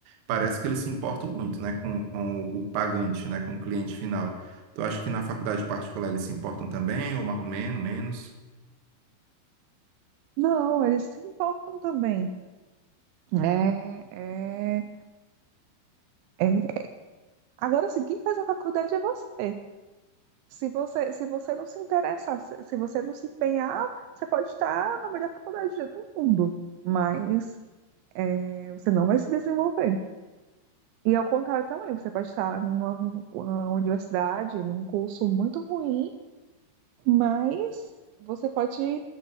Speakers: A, on the right; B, on the right.
A: Parece que eles se importam muito, né? Com, com o o pagante, né? Com o cliente final. Tu acha que na faculdade particular eles se importam também, ou mais ou menos, menos?
B: Não, eles se importam também. É, é, é. Agora, sim, quem faz a faculdade é você. Se você, se você não se interessar, se, se você não se empenhar, você pode estar na melhor faculdade do mundo, mas é, você não vai se desenvolver. E ao contrário também, você pode estar numa uma universidade, num curso muito ruim, mas você pode